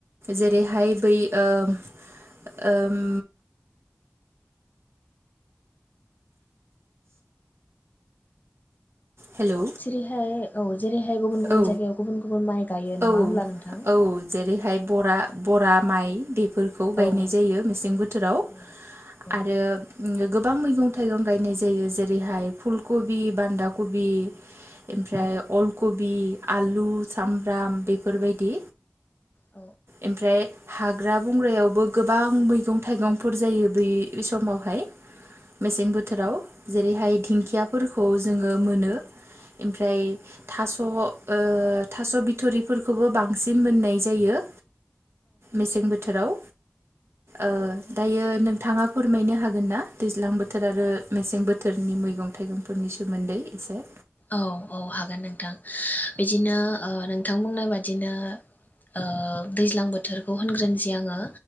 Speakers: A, on the right; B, on the left.
A: जेरैहाय
B: औ
A: बै ओम ओम हेलौ
B: जेरैहाय औ जेरैहाय गुबुन गुबुन
A: औ
B: जायगायाव गुबुन गुबुन माइ गायो नङा
A: औ
B: होमब्ला नोंथां
A: औ जेरैहाय बरा बराब माइ बेब फोरखौ
B: औ
A: गायनाय
B: औ
A: जायो मेसें बोथोराव
B: औ औ
A: आरो गोब गोबां मैगं थाइगं गायनाय जायो जेरैहाय फुलकबि बान्दा कबि एमफ्राय
B: औ
A: अलकबि आलु साम' ब्राम बेफोरबायदि
B: औ
A: ओमफ्राय हाग्रा बंग्रायावबो गोबां मैगं थाइगंफोर जायो बे समावहाय मेसें बोथोराव जेरैहाय दिंखियाफोरखौ जोङो मोनो ओमफ्राय थास' ओ थास' बिथ थुरि फोरफोरखौबो बां बांसिन मोननाय जायो मेसें बोथोराव ओ दायो नोंथाङा फोरमायनो हागोन ना दैज्लां बो बोथोर आरो मेसें बोथोरनि मैगं थाइगंफोरनि सोमोन्दै एसे
B: औ औ हागोन नोंथां बिदिनो ओ नोंथां बुंनाय बादिनो ओ दैज्लां बोथोरखौ होनग्रोनोसै आङो।